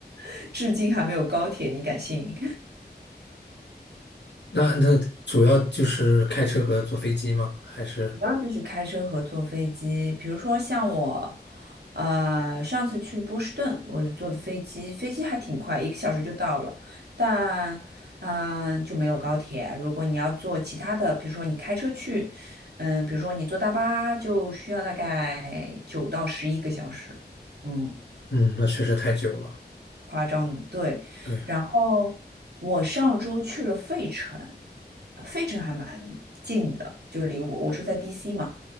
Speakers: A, on the right; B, on the left.
A: <laughs> 至今还没有高铁，你敢信？
B: 那那主要就是开车和坐飞机吗？还是
A: 主要就是开车和坐飞机，比如说像我，呃，上次去波士顿，我就坐的飞机，飞机还挺快，一个小时就到了，但，嗯、就没有高铁。如果你要坐其他的，比如说你开车去，嗯、比如说你坐大巴，就需要大概九到十一个小时，嗯。
B: 嗯，那确实太久了。
A: 夸张的，对。
B: 对，
A: 然后我上周去了费城，呃费城还蛮近的，就是离我我住在 DC 嘛，